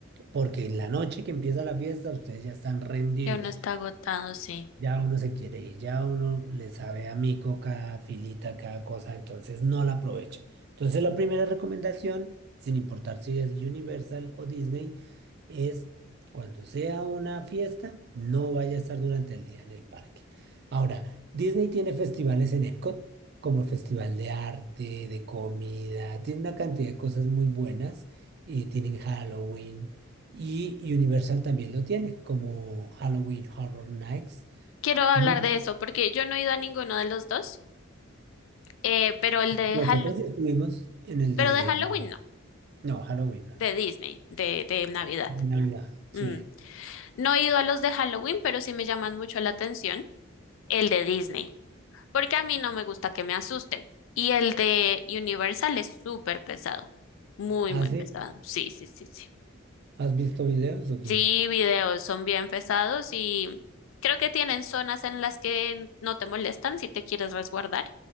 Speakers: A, on the right (about 50°); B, on the left (about 70°).
A: porque en la noche que empieza la fiesta ustedes ya están rendidos.
B: Ya uno está agotado, sí.
A: Ya uno se quiere ir, ya uno le sabe a mico cada filita, cada cosa, entonces no la aprovecha. Entonces la primera recomendación, sin importar si es Universal o Disney, es cuando sea una fiesta, no vaya a estar durante el día en el parque. Ahora, Disney tiene festivales en Epcot, como el Festival de Arte, de Comida, tiene una cantidad de cosas muy buenas, y tienen Halloween, y Universal también lo tiene, como Halloween Horror Nights.
B: Quiero hablar
A: Muy-
B: de eso porque yo no he ido a ninguno de los dos, eh, pero el de
A: Nosotros
B: Halloween,
A: sí estuvimos en el
B: pero
A: de...
B: de Halloween no,
A: No, Halloween, no.
B: de Disney, de, de Navidad.
A: De Navidad, sí.
B: Mm. No he ido a los de Halloween, pero sí me llaman mucho la atención el de Disney, porque a mí no me gusta que me asusten. Y el de Universal es súper pesado, muy,
A: ¿Hace?
B: muy pesado. Sí, sí, sí, sí.
A: ¿Has visto videos o qué?
B: Sí, videos son bien pesados y creo que tienen zonas en las que no te molestan si te quieres resguardar,